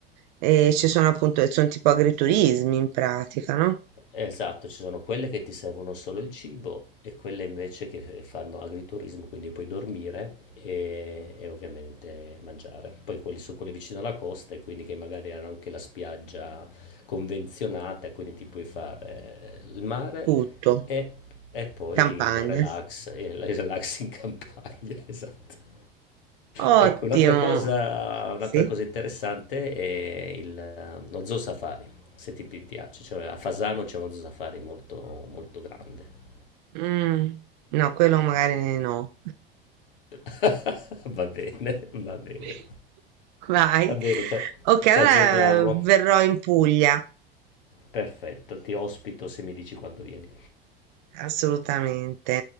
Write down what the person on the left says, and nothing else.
Esatto, ci sono quelle che ti servono solo il cibo e quelle invece che f- fanno agriturismo, quindi puoi dormire e, e ovviamente mangiare. Poi quelli sono quelli vicino alla costa e quindi che magari hanno anche la spiaggia convenzionata, quindi ti puoi fare il mare
e, e poi
il relax, il relax in campagna, <laughs> esatto.
Ecco, un'altra cosa, un'altra
cosa interessante è il, lo zoo safari se ti pi- piace. Cioè, a Fasano c'è uno safari molto, molto grande.
<laughs> va bene, va bene.
Va bene, ci
ci
aggiorniamo.
Perfetto, ti ospito se mi dici quando vieni.